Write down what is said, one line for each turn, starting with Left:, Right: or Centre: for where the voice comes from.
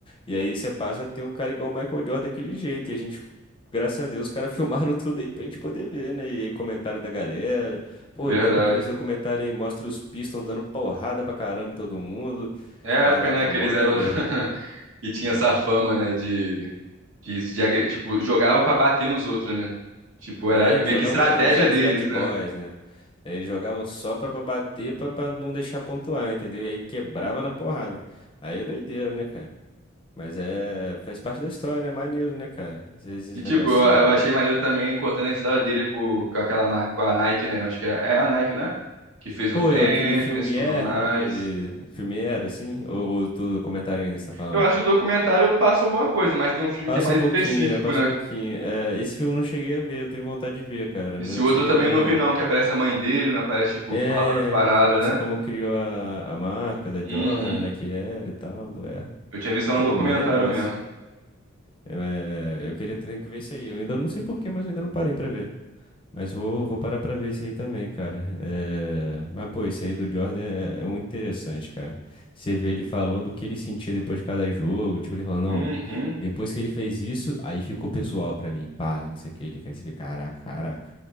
Left: E aí você passa a ter um cara igual o Michael Jordan daquele jeito. E a gente, graças a Deus, os caras <laughs> filmaram tudo aí pra gente poder ver, né? E aí comentário da galera. Pô,
Right: verdade.
Left: lembro que nesse documentário aí mostra os Pistons dando porrada pra caramba em todo mundo.
Right: É a época,
Left: Caraca,
Right: né, que
Left: mó
Right: eles
Left: doideira.
Right: eram... <laughs> que tinha essa fama, né, de... que de agre- tipo, jogava pra bater nos outros, né? Tipo,
Left: É,
Right: era
Left: eles
Right: meio
Left: jogavam,
Right: que estratégia
Left: eles eram
Right: deles,
Left: os bad
Right: né?
Left: boys, né? Eles jogavam só pra, pra bater, pra, pra não deixar pontuar, entendeu? E aí quebrava na porrada. Aí é doideira, né, cara? Mas é, faz parte da história, né? Maneiro, né, cara? Esses, esses
Right: E, tipo,
Left: negocinhos.
Right: eu, eu achei
Left: é.
Right: maneiro também contando a história dele com, com aquela marca, com a Nike, né? Eu Acho que é, é a Nike, né? Que fez
Left: Pô,
Right: o tênis
Left: eu, aquele filme
Right: tudo
Left: é,
Right: mais.
Left: aquele filme era, assim? Ou, ou tu comentário ainda está falando?
Right: Eu acho que o documentário passa alguma coisa, mas tem um filme
Left: Passa
Right: que é mais
Left: um pouquinho,
Right: específico,
Left: né? Passa
Right: né?
Left: um pouquinho. É, esse filme eu não cheguei a ver, eu tenho vontade de ver, cara,
Right: Esse
Left: mas eu
Right: outro
Left: não cheguei
Right: eu também
Left: a ver,
Right: não
Left: não.
Right: vi, não, que aparece a mãe dele, né? Aparece, tipo,
Left: É,
Right: falando as paradas,
Left: mostra
Right: né?
Left: como criou a, a marca da
Right: Uhum.
Left: Jordan, a Nike Air e tal, do Air.
Right: Eu tinha visto só
Left: Pô,
Right: no documentário
Left: maneiraço.
Right: mesmo.
Left: Eu, É, eu queria ter que ver isso aí. Eu ainda não sei porquê, mas eu ainda não parei pra ver. Mas vou, vou parar pra ver isso aí também, cara. É, mas, pô, isso aí do Jordan é, é muito interessante, cara. Você vê ele falando o que ele sentia depois de cada jogo. Tipo, ele falou, não,
Right: Uhum.
Left: depois que ele fez isso, aí ficou pessoal pra mim. Pá, não sei o que. Ele quer se ver, caraca, caraca.